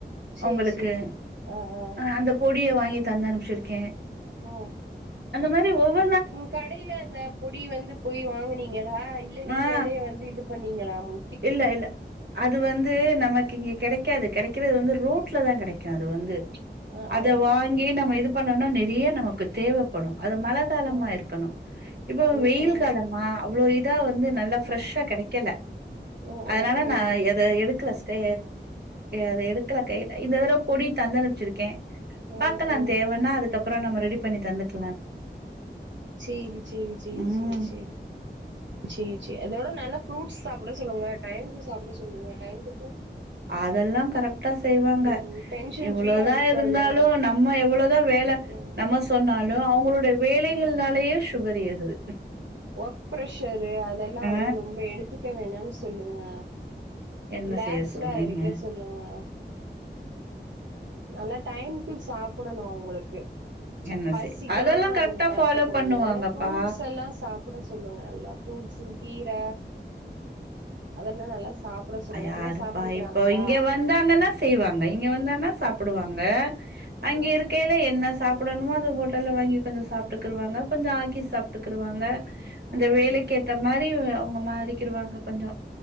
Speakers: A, on the right; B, on the right.
A: சேரி
B: அவுங்களுக்கு
A: சேரி ஆ ஆ
B: அ அந்த பொடிய வாங்கி தந்தனுப்ச்சிருக்கே
A: ஓ
B: அந்த மாரி ஒவ்வொ
A: ம் கடைல அந்த பொடி வந்து போய் வாங்கனீங்களா இல்ல நீங்களே
B: ஆ
A: வந்து இது பண்ணீங்களா மு
B: இல்ல இல்ல அது வந்து நமக்கு இங்க கெடை க்காது கெடைக்கிறது வந்து ரோட்லதா கெடைக்கு அது வந்து
A: ஆ
B: அத
A: ஆ
B: வாங்கி நம்ம இது பண்ணோனா நெறைய நமக்கு தேவப்படு அது மழ காலமா
A: ஓ
B: இருக்கணு இப்போ
A: ஓ
B: வெயில்
A: ஓ
B: காலமா அவ்ளோ இ தா வந்து நல்லா ஃப்ரெஷ்ஷா கெடைக்கல
A: ஓ
B: அதனால
A: ஓ ஓ
B: நா எ அத எடுக்கல ஸ்டே அத எடுக்கல கைல இந்த தடவ பொடி தந்தனுப்ச்சிருக்கே
A: ஓ
B: பாக்கலா
A: ஓ
B: தேவன்னா அதுக்கப்புறோ நம்ம ரெடி பண்ணி தந்துக்
A: சேரி சேரி சேரி
B: ம்
A: சேரி சேரி சேரி சே அதோட நல்லா ஃப்ரூட்ஸ் சாப்பட சொல்லுங்க டைம்க்கு சாப்பட சொல்லுங்க டைம்க்கு
B: அதெல்லா கரெக்டா செய்வாங்க
A: ம் டென்ஷன்
B: எவ்ளோதா
A: ஃப்ரீயா இருக்கணு
B: இருந்தாலு நம்ம எவ்ளோதா வேல
A: ம்
B: நம்ம சொன்னாலு அவுங்களோட வேலைகள்னாலயே சுகர் ஏறுது
A: ஒர்க் ப்ரஷரு அதெல்லா
B: ஆ
A: வந்து ரொம்ப எடுத்துக்க வேணானு சொல்லுங்க
B: என்ன
A: ரிலாக்ஸ்டா
B: செய்ய சொல்றீங்க
A: இருக்க சொல்லுங்க நல்லா டைம்க்கு சாப்படணு அவுங்களுக்கு
B: என்ன
A: பசிக்காம
B: செய் அதெல்லா கரெக்டா
A: கொஞ்சோ பாத்துக்கோங்க
B: ஃபாலோ பண்ணுவாங்கப்பா
A: இல்லனா ஃப்ரூட்ஸ் எல்லா சாப் புட சொல்லுங்க நல்லா ஃப்ரூட்ஸ்ஸு கீர அதெல்லா நல்லா சாப் பட சொல்லுங்க
B: யாருப்பா
A: அதல்லா சாப்ட்டுக்கறாங்களா
B: இப்போ இங்க வந்தாங்கன்னா செய்வாங்க இங்க வந்தானா சாப்புடுவாங்க அங்க
A: ஓ
B: இருக்கைய் லே என்ன சாப்படணுமோ அத ஹோட்டல்ல வாங்கி கொஞ்ச சாப்ட்டுக்குருவங்க கொஞ்சோ ஆக்கி சாப்ட்டுக்குருவாங்க
A: ஆ
B: அந்த
A: ஆ ஆ
B: வேலைக்கு ஏத்த மாரி அவுங்க மாறிக்கிருவாங்க கொஞ்சோ